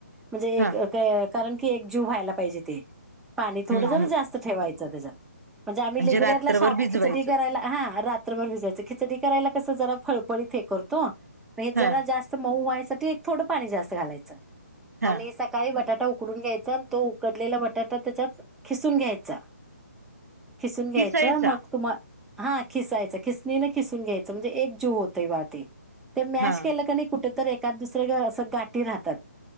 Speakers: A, in the centre; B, on the right.
A: म्हणजे
B: हा
A: एक काय <unintelligible> कारण, की एक जीव व्हायला पाहिजे ते. पाणी थोडं
B: हम्म हम्म
A: जरा जास्त ठेवायचं. जा दे जा. म्हणजे, आम्ही रेग्युलरला
B: रात्रभर
A: साबू
B: भिजवायचं
A: खिचडी करायला हा रात्र भर भिजायचं खिचडी करायला कसं जरा फळफळीत हे करतो. म्हणजे
B: हा
A: जरा जास्त मऊ व्हाय त्यासाठी एक थोडं पाणी जास्त घालायचं.
B: हा
A: आणि सकाळी बटाटा उ उकडून घ्यायचा आणि तो उकडलेला बटाटा त्याच्यात खिसून घ्यायचा. खिसून घ्यायचं
B: किसायचा
A: मग तुम्हा हा खिसायचं. खिसणीने खिसून घ्यायचं म्हणजे एक जीव होतंय वाट ते ते मॅश
B: हा
A: केलं की, नाही कुठे तर एक का दुसऱ्या गं असं गाठी राहतात.